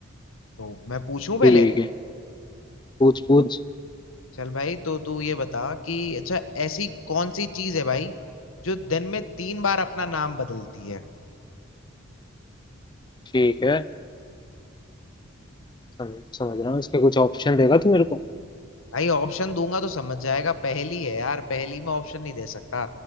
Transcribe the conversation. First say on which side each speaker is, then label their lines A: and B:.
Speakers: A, on the left; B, on the left.
A: तो मैं पूछूं पहले
B: ठीक है पूछ पूछ
A: चल भाई तो तू ये बता कि अच्छा ऐसी कौन सी चीज है भाई जो दिन में तीन बार अपना नाम बदलती है
B: ठीक है समझ समझ रहा हूँ इसके कुछ ऑप्शन देगा तू मेरे को
A: भाई ऑप्शन दूंगा तो समझ जाएगा पहेली है यार पहेली में ऑप्शन नहीं दे सकता